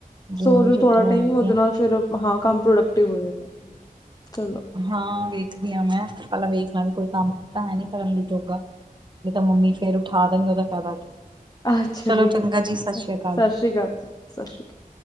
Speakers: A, on the right; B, on the left.
A: ਜੂਨ
B: ਸੋ ਉਹ
A: ਦੀ ਛੁੱਟੀਆਂ
B: ਥੋੜਾ ਟਾਈਮ
A: ਹੈਗੀਆਂ
B: ਉਹਦੇ ਨਾਲ ਫਿਰ ਹਾਂ ਕੰਮ ਪ੍ਰੋਡਕਟਿਵ ਹੋ ਜਾ ਚਲੋ
A: ਹਾਂ ਵੇਖਦੀ ਆਂ ਮੈਂ, ਪਹਿਲਾਂ ਵੇਖ ਲ ਵੀ ਕੋਈ ਕੰਮ ਕੁਮ ਤਾਂ ਹੈ ਨੀ ਕਰਨ ਜੋਗਾ। ਜ ਤਾਂ ਮੰਮੀ ਫੇਰ ਉਠਾ ਦੇਣਗੇ ਉਹਦਾ ਫੈਦਾ ਕੀ।
B: ਅੱਛਾ
A: ਚਲੋ
B: ਠੀਕ
A: ਚੰਗਾ
B: ਐ,
A: ਜੀ
B: ਸਤਿ
A: ਸ੍ਰੀ ਅਕਾਲ
B: ਸ੍ਰੀ ਅਕਾਲ ਜੀ-ਸਤਿ ਸ਼੍ਰੀ ਅਕਾਲ।